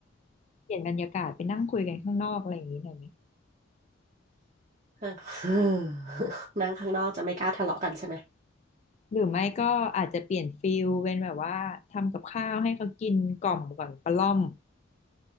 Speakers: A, on the left; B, on the right.
A: เปลี่ยนบรรยากาศไปนั่งคุยกันข้างนอกอะไรอย่างนี้หน่อยไหม
B: นั่ง <sighs> นั่งข้างนอกจะไม่กล้าทะเลาะกันใช่ไหม
A: หรือไม่ก็อาจจะเปลี่ยนฟิลเป็นแบบว่าทำกับข้าวให้เขากินกล่อมก่อนประล่อม